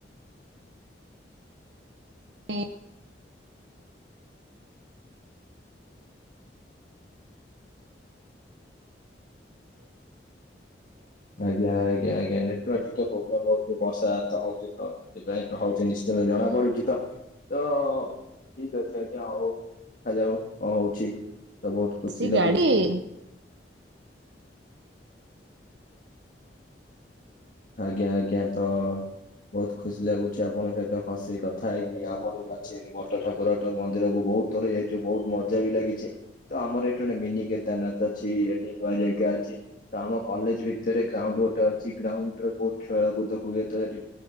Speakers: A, on the right (about 75°); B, on the left (about 50°).
A: ହୁଁ।
B: ଆଜ୍ଞା ଆଜ୍ଞା ଆଜ୍ଞା ନେଟୱର୍କ ଟିକେ ପ୍ରୋବ୍ଲେମ ହଉଛି ବର୍ଷା ହାତ ହଉ ତ ସେଥି ପାଇଁ ହଉଛି ନିଶ୍ଚିନ୍ତ ଜଣା ପଡୁଛି ତ? ତ ଠିକ ଅଛି ଆଜ୍ଞା ହଉ ଦେଖାଯାଉ କଣ ହଉଛି? ତ ବହୁତ ଖୁସି
A: ଆସି
B: ଲାଗୁଛି
A: ଗାଡି
B: ଆଜ୍ଞା ଆଜ୍ଞା ତ ବହୁତ ଖୁସି ଲାଗୁଛି ଆପଣଙ୍କ ସହିତ ଖସି କଥା ହେଇକି ଆମର ବି ଅଛିଠି ବଟ ଠାକୁର ମନ୍ଦିରକୁ ବହୁତ ଥରେ ଯାଇଛୁ ବହୁତ ମଜା ବି ଲାଗିଛି। ତ ଆମର ଏଠି ଗୋଟେ ମିନିି କେଦାରନାଥ ଅଛି ଏଠି ନୂଆ ଜାଗା ଅଛି। ତ ଆମ କଲେଜ ଭିତରେ ଗ୍ରାଉଣ୍ଡ ଗୋଟେ ଅଛି ଗ୍ରାଉଣ୍ଡରେ ବହୁତ ଖେଳକୁଦ ହୁଏ ତ ସେଠି।